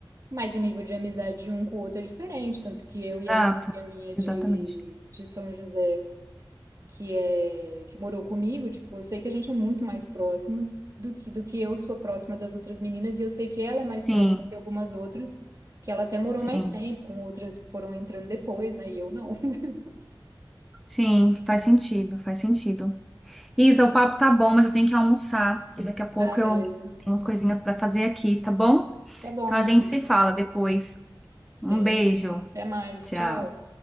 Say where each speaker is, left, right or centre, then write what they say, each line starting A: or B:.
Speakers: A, on the right; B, in the centre.
A: mas o nível de amizade de um com o outro é diferente, tanto que eu
B: exato,
A: e essa amiga minha
B: exatamente.
A: de, de São José, que é que morou comigo, tipo, eu sei que a gente é muito mais próximas do que, do que eu sou próxima das outras meninas, e eu sei que ela é mais
B: Sim,
A: próxima de algumas outras, que ela até morou
B: sim.
A: mais tempo com outras que foram entrando depois, né, e eu não. <laughs>
B: Sim, faz sentido, faz sentido. Isa, o papo tá bom, mas eu tenho que almoçar. Daqui a pouco
A: Ah, beleza.
B: eu tenho umas coisinhas para fazer aqui, tá bom?
A: Tá bom.
B: Então a gente se fala depois. Um
A: Beleza.
B: beijo.
A: Até mais.
B: Tchau.
A: Tchau.